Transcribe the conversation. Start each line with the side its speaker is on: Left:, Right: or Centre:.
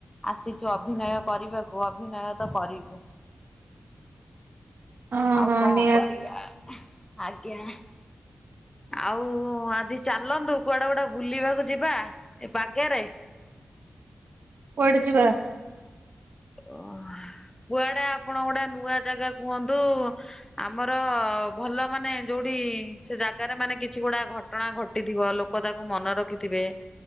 Left: ଆସିଛୁ ଅଭିନୟ କରିବାକୁ ଅଭିନୟ ତ କରିବୁ।
Right: ହଁ
Left: ଆଉ
Right: ହଁ
Left: କଣ
Right: ନିହାତି
Left: କରିବା ଆଜ୍ଞା। ଆଉ ଆଜି ଚାଲନ୍ତୁ କୁଆଡା କୁଡା ବୁଲିବାକୁ ଯିବା ଏ ପାଗେ ରେ।
Right: କୁଆଡେ ଯିବା?
Left: ଓ କୁଆଡେ ଆପଣ ଗୋଟେ ନୂଆ ଜାଗା କୁହନ୍ତୁ। ଆମର ଭଲ ମାନେ ଯୋଉଠି ସେ ଜାଗାରେ ମାନେ କିଛି ଗୁଡା ଘଟ ଘଟଣା ଘଟିଥିବ ଲୋକ ତାକୁ ମନେ ରଖିଥିବେ।